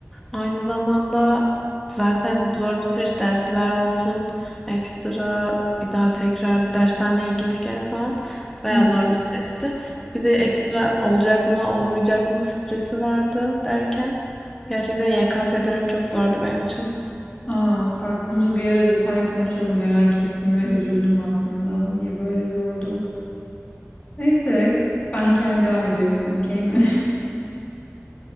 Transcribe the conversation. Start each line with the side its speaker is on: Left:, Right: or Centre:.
Centre: Aynı zamanda zaten zor bir süreç dersler olsun, ekstra bir daha tekrar dershaneye git gel falan bayağı
Left: hı
Centre: zor bir süreçti. Bir de ekstra olacak mı olmayacak mı stresi vardı derken gerçekten YKS dönemi çok zordu benim için.
Left: Aa, bak bunu bir ara detaylı konuşalım merak ettim ve üzüldüm aslında. Niye böyle zordu? Neyse ben hikayeme devam ediyorum okey mi? <laughs>